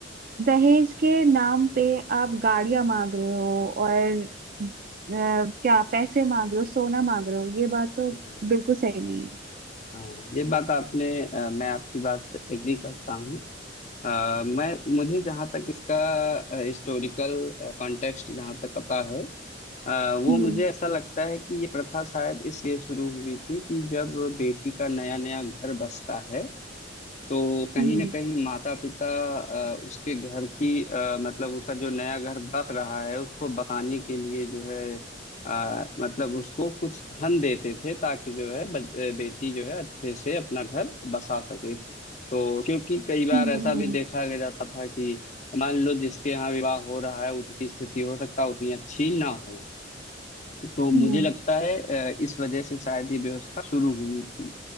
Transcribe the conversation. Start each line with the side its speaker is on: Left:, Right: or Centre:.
Right: दहेज के नाम पे आप गाड़ियां मांग रहे हो और अ, क्या पैसे मांग रहे हो सोना मांग रहे हो ये बात तो
Left: हम्म,
Right: बिल्कुल सही नहीं है
Left: हाँ ये बात आपने अ, मैं आपकी बात से एग्री करता हूँ अ, मैं मुझे जहाँ तक इसका हिस्टोरिकल कॉन्टेक्स्ट जहाँ तक पता है आ, वो
Right: हम्म
Left: मुझे ऐसा लगता है कि ये प्रथा शायद इसलिए शुरू हुई थी कि जब बेटी का नया नया घर बसता है तो कहीं
Right: हम्म
Left: ना कहीं माता पिता आ, उसके घर की आ, मतलब उसका जो नया घर बस रहा है उसको बसाने के लिए जो है आ, मतलब उसको कुछ धन देते थे ताकि जो है बच- बेटी जो है अच्छे से अपना घर बसा सके तो क्योंकि कई बार
Right: हम्म
Left: ऐसा
Right: हम्म
Left: भी देखा गया जाता था कि मान लो जिसके यहाँ विवाह हो रहा है उनकी स्थिति हो सकता है उतनी अच्छी ना हो तो मुझे
Right: हम्म
Left: लगता है अ, इस वजह से शायद ये व्यवस्था शुरू हुई थी